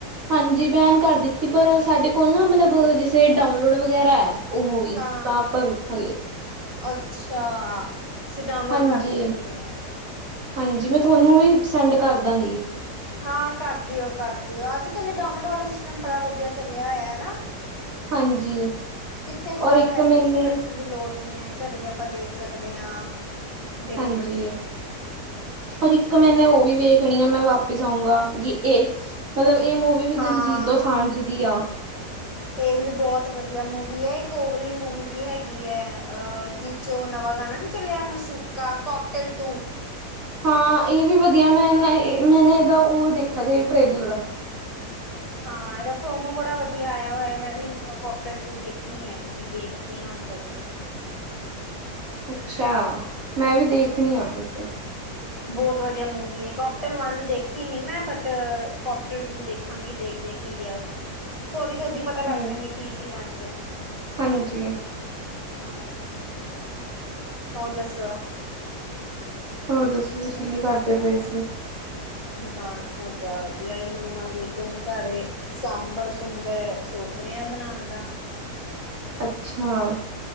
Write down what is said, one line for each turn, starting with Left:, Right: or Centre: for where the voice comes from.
Right: ਹਾਂਜੀ, ਬੈਨ ਕਰ ਦਿੱਤੀ ਪਰ ਸਾਡੇ ਕੋਲ ਨਾ ਮਤਲਬ ਜਿਸੇ ਡਾਊਨਲੋਡ ਵਗੈਰਾ ਏ। ਉ ਮੂਵੀ
Left: ਹਾਂ
Right: ਤਾਂ ਆਪਾਂ ਵੇਖਾਂਗੇ।
Left: ਅੱਛਾ! ਤੁਸੀਂ ਡਾਊਨਲੋਡ
Right: ਹਾਂਜੀ,
Left: ਕਰ ਲਈ ਹੋਣੀ ਏ।
Right: ਹਾਂਜੀ, ਮੈਂ ਤੁਹਾਨੂੰ ਵੀ ਸੈਂਡ ਕਰ ਦਾਂਗੀ।
Left: ਹਾਂ, ਕਰਦੀਓ-ਕਰਦੀਓ ਅੱਜ-ਕੱਲ ਏ ਡਾਊਨਲੋਡ ਵਾਲਾ ਸਿਸਟਮ ਬੜਾ ਵਧੀਆ ਚੱਲਿਆ ਹੋਇਆ ਹਨਾ।
Right: ਹਾਂਜੀ
Left: ਕਿੱਥੇ ਬਾਹਰ
Right: ਔਰ ਇੱਕ
Left: ਪੈਸੇ-ਪੂਸੇ
Right: ਮੈਨੇ
Left: ਖਰਚਣ ਦੀ ਲੋੜ ਨੀ ਏ। ਘਰੇ ਹੀ ਆਪਾਂ ਦੇਖ ਸਕਦੇ ਹਾਂ। ਜਿਹੜੀ
Right: ਹਾਂਜੀ।
Left: ਮਰਜ਼ੀ
Right: ਔ ਇੱਕ ਮੈਨੇ ਉਹ ਵੀ ਵੇਖਣੀ ਆ ਮੈਂ ਵਾਪਿਸ ਆਊਂਗਾ ਜ ਇਹ ਮਤਲਬ ਏ ਮੂਵੀ ਵੀ
Left: ਹਾਂ
Right: ਦਿਲਜੀਤ ਉ ਦੁਸਾਂਝ ਦੀ ਆ।
Left: ਏ ਵੀ ਬਹੁਤ ਵਧੀਆ ਮੂਵੀ ਹੈ ਇਕ ਓ ਵਲੀ ਮੂਵੀ ਵੀ ਹੈਗੀ ਹੈ ਅਹ ਜਿ ਜੋ ਨਵਾਂ ਗਾਣਾ ਨੀ ਚੱਲਿਆ ਮਸ਼ੂਕਾ ਕੋਕਟੇਲ ਟੂ
Right: ਹਾਂ, ਇਹ ਵੀ ਵਧੀਆ ਮੈਂ ਨਾ ਮੈਨੇ ਇਹਦਾ ਉਹ ਦੇਖਾ ਸੀ ਟ੍ਰੇਲਰ।
Left: ਹਾਂ, ਇਹਦਾ ਪ੍ਰੋਮੋ ਬੜਾ ਵਧੀਆ ਆਇਆ ਹੋਇਆ। ਮੈਂ ਵੀ ਕੋਕਟਲ ਟੂ ਦੇਖਣੀ ਹੈ ਮੂਵੀ ਦੇਖਦੀ ਆ ਹੁਣ ਕਦੋਂ? ਹ <inaudible>
Right: ਅੱਛਾ, ਮੈਂ ਵੀ ਦੇਖਣੀ
Left: ਹਾਂ
Right: ਆ ਵੈਸੇ।
Left: ਬਹੁਤ ਵਧੀਆ ਮੂਵੀ ਏ ਕਕਟੇਲ ਵਨ ਦੇਖੀ ਨੀ ਮੈਂ ਬਟ ਕੋਕਟਲ ਟੂ ਦੇਖਾਂਗੀ ਦੇਖਦੇ ਕੀ ਆ ਉਥੇ ਸਟੋਰੀ ਤੇ ਓਦੀ ਪਤਾ
Right: ਹਾਂਜੀ
Left: ਲੱਗ ਜਾਂਣੀ ਕੀ ਸੀ ਵੰਨ ਚ।
Right: ਹਾਂਜੀ।
Left: ਹਾਂ ਹੋਰ ਦੱਸੋ।
Right: ਹੋਰ ਦੱਸੋ, ਤੁਸੀਂ ਕੀ ਕਰਦੇ ਪਏ ਸੀ?
Left: ਬਸ ਵਧੀਆ-ਵਧੀਆ ਮੂੰਹ-ਮ ਦੇਖ ਘਰੇ ਸਾਂਬਰ-ਸੁੰਬਰ ਸੋਚ ਰਹੇ ਹ ਬਣਾਉਣ ਦਾ।
Right: ਅੱਛਾ,